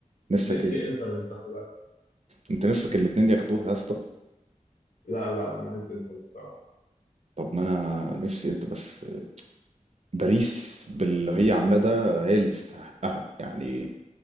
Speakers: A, on the right; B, on the left.
A: نفسك
B: نفسي
A: ايه
B: انتر اللي تاخدها
A: انت نفسك الاتنين ياخدوها يا اسطى
B: لا لا انا عايز انتر بصراحة
A: طب ما انا نفسي انت بس باريس باللي هي عاملاه ده هي اللي تستحقها يعني